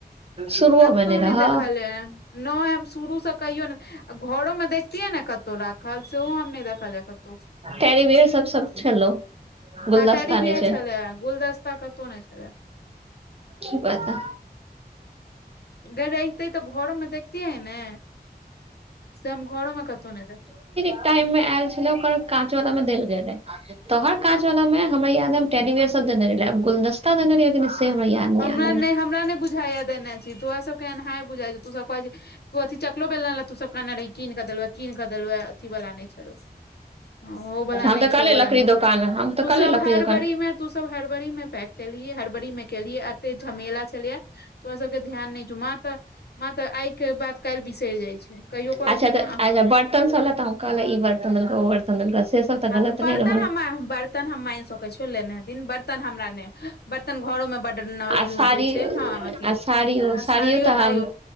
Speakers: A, on the right (about 35°); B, on the left (about 75°).
A: शुरुओ
B: कतौ
A: मे
B: नहि
A: रहौ
B: देखलिये नहि हम शुरू सऽ कहियौ ने आ घरोमे देख तिये ने कतौ राखल सेहो हम ने रखलिये कतौ
A: टेरीबियर सब सब छलौ गुलदस्ता
B: हँ टेड़ीबीयर
A: नहि छै
B: छलै यै गुलदस्ता कतौ नहि छलै
A: की पता
B: गई रहिते तऽ घरोमे देखतियै ने से हम घरोमे कतौ नहि देखब
A: तैय मे ऐल छले ओकर काँच वाला मे देल गेल रहे तोहर काँच वाला में हमरा याद टेडीबेयर सब देने रहै आब गुलदसता देने रहिये की नऽ से हमरा याद
B: हमरा
A: आ रहल
B: नहि
A: है
B: हमरा नहि बुझाइये देने छी तोरा सबके एनाहि बुझाइ छौ तू सब कहै छी तू अथी चकलोे बेलना तू सब कहने रही कीन कऽ देलुवै कीन कऽ देलुवै अथी वाल न नहि छलो हऽ ओ बला
A: हम
B: नहि
A: तऽ कहलियै
B: छौ ओ बला
A: लकड़ी
B: नहि
A: दोकान
B: छौ
A: हम तऽ
B: तू
A: कहलियै
B: सब
A: लकड़ी
B: हरबड़ी
A: दोकान
B: मे तू सब हरबरी मे पैक केलही हरबरी मे केलही अते झमेला छलैयै। तोरा सबके ध्यान नहि छौ माँ तऽ माँ तऽ आई के बात काल्हि बिसरि जाइ छै कहियो कहै
A: अच्छा
B: छै
A: तऽ
B: माँ हँ
A: अच्छा बर्तन सबले तऽ हम कहले ई बर्तन देलको ओ बर्तन दलको सेे सब
B: हँ
A: गलत
B: तऽ बर्तन
A: नहि रहल
B: हम माइ बर्तन हम माइन सकै छियौ लेने हेथिन बर्तन हमरा नहि बर्तन घरो मे बड नऽ
A: आ
B: यूज
A: साड़ी
B: होए छै हँ अथी
A: आ साड़ियो
B: हँ साड़ियो
A: तऽ
B: ताड़ियो
A: हम